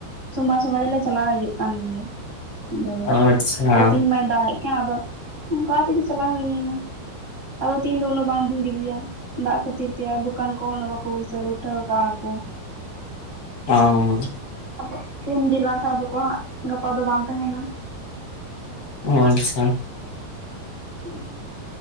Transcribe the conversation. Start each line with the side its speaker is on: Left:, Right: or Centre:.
Right: ᱥᱚᱢᱚᱭ ᱥᱚᱢᱚᱭ ᱫᱚᱞᱮ ᱪᱟᱞᱟᱣ ᱦᱤᱡᱩᱜ ᱠᱟᱱ ᱜᱮᱭᱟ, ᱵᱮᱲᱟ
Left: ᱟᱪᱪᱷᱟ
Right: ᱛᱮ ᱟᱫᱚ ᱛᱮᱦᱮᱧ ᱢᱟᱭ ᱫᱟᱜ ᱠᱟᱱ ᱟᱫᱚ ᱚᱝᱠᱟ ᱛᱮᱜᱮ ᱪᱟᱞᱟᱣ ᱦᱩᱭᱱᱟ᱾ ᱟᱫᱚ ᱛᱮᱦᱤᱧ ᱫᱚ ᱩᱱᱟᱹᱜ ᱵᱟᱝ ᱵᱷᱤᱲ ᱜᱮᱭᱟ ᱫᱟᱜ ᱠᱷᱟᱹᱛᱤᱨ᱾ ᱛᱮ ᱟᱨ ᱫᱚᱠᱟᱱ ᱠᱚᱦᱚᱸ ᱵᱟᱠᱚ ᱵᱟᱹᱭᱥᱟᱹ ᱩᱴᱷᱟᱹᱣ ᱠᱟᱜ ᱠᱚ᱾
Left: ᱚᱻ
Right: ᱟᱵᱚ ᱛᱤᱱ ᱡᱮᱞᱟ ᱥᱮ ᱟᱫᱚ ᱠᱚ ᱜᱟᱯᱟ ᱫᱚ ᱵᱟᱝ ᱛᱟᱦᱮᱱᱟ᱾
Left: ᱚ ᱟᱪᱪᱷᱟ᱾
Right: ᱦᱩᱸ